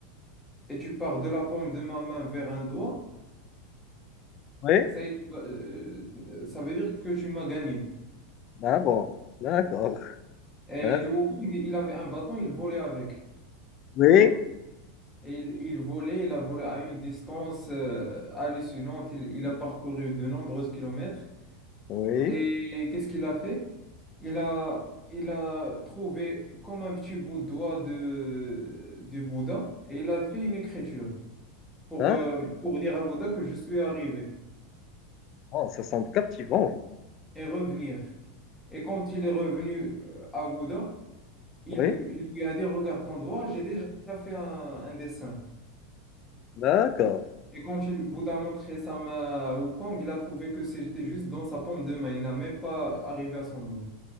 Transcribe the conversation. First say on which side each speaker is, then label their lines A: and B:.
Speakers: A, in the centre; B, on the left (about 35°).
A: et tu pars de la paume de ma main vers un doigt,
B: Oui?
A: Ça, y est, tu vas- euh, euh, ça veut dire que tu m'as gagné.
B: Ah bon, d'accord.
A: Et
B: Hein?
A: le Wukong, il avait un bâton, il volait avec.
B: Oui,
A: Et il, il volait, il a volé à une distance euh, hallucinante. Il, il a parcouru de nombreux kilomètres.
B: oui,
A: Et qu'est-ce qu'il a fait? Il a, il a trouvé comme un petit bout de doigt de, du Bouddha et il a fait une écriture pour,
B: d'accord.
A: euh, pour dire à Bouddha que je suis arrivé
B: Oh, ça semble captivant.
A: et revenir. Et quand il est revenu euh, à Bouddha, Il,
B: Oui,
A: il lui a dit, regarde ton doigt, j'ai déjà fait un, un dessin.
B: d'accord.
A: Et quand il, Bouddha a montré sa main à Wukong, il a trouvé que c'était juste dans sa paume de main. Il n'a même pas arrivé à son doigt.